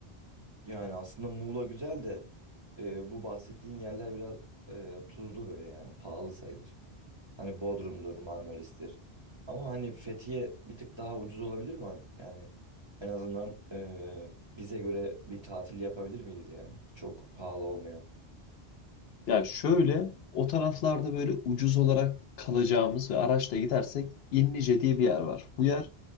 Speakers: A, on the right (about 30°); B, on the left (about 75°).
A: Yani aslında Muğla güzel de e, bu bahsettiğin yerler biraz e, tuzlu böyle yani pahalı sayılır. Hani Bodrum'dur, Marmaris'tir. Ama hani Fethiye bir tık daha ucuz olabilir mi? Yani en azından e, bize göre bir tatil yapabilir miyiz yani? Çok pahalı olmayan.
B: Yani şöyle o taraflarda böyle ucuz olarak kalacağımız ve araçla gidersek İnlice diye bir yer var. Bu yer